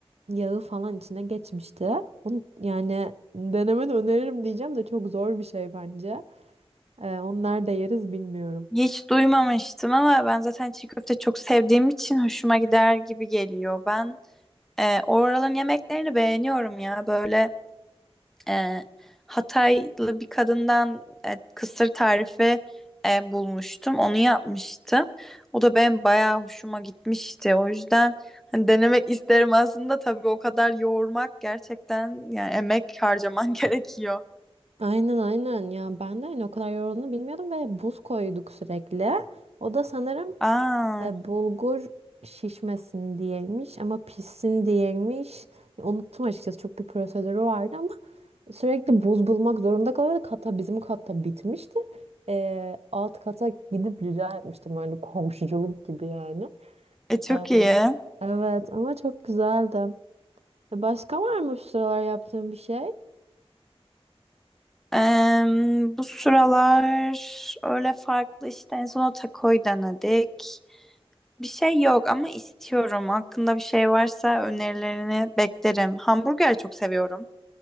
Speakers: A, on the right (about 90°); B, in the centre.
A: yağı falan içine geçmişti. Onu, yani denemeni öneririm diyeceğim de çok zor bir şey bence. E, onu nerede yeriz bilmiyorum.
B: Hiç duymamıştım ama ben zaten çiğ köfte çok sevdiğim için hoşuma gider gibi geliyor. Ben e, oraların yemeklerini beğeniyorum ya. Böyle e, Hataylı bir kadından e, kısır tarifi e, bulmuştum. Onu yapmıştım. O da benim bayağı hoşuma gitmişti. O yüzden hani denemek <laughs> isterim aslında. Tabii o kadar yoğurmak gerçekten yani emek harcaman <laughs> gerekiyor.
A: Aynen aynen ya ben de hani o kadar yorulduğunu bilmiyordum ve buz koyduk sürekli. O da sanırım
B: Aa,
A: E, bulgur şişmesin diyeymiş ama pişsin diyeymiş. Ya, Unuttum açıkçası çok bir prosedürü vardı ama sürekli buz bulmak zorunda kalıyordu. Hatta bizim katta bitmişti. E, alt kata gidip rica etmiştim hani komşuculuk gibi yani.
B: e, çok
A: Ee,
B: iyi.
A: Evet ama çok güzeldi. E, Başka var mı şu sıralar yaptığın bir şey?
B: Em, bu sıralar öyle farklı işte en son o takoyu denedik. Bir şey yok ama istiyorum. Hakkında bir şey varsa önerilerini beklerim. Hamburger çok seviyorum.